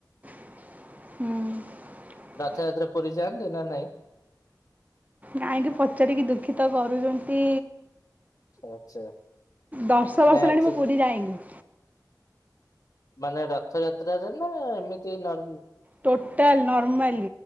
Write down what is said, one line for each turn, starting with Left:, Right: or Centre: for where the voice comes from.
Right: ହୁଁ।
Left: ରଥଯାତ୍ରା ପୁରୀ ଯାନ୍ତି ନା ନାହିଁ?
Right: କାହିଁକି ପଚାରିକି ଦୁଃଖିତ କରୁଛନ୍ତି।
Left: ଆଚ୍ଛା
Right: ଦଶ
Left: ନାଇଁ
Right: ବର୍ଷ ଲଣି
Left: ଆକ୍ଚୁଆଲି
Right: ମୁଁ ପୁରୀ ଯାଇନି।
Left: ମାନେ ରଥଯାତ୍ରାରେ ନା ଏମିତି ନର
Right: ଟୋଟାଲ ନର୍ମଲ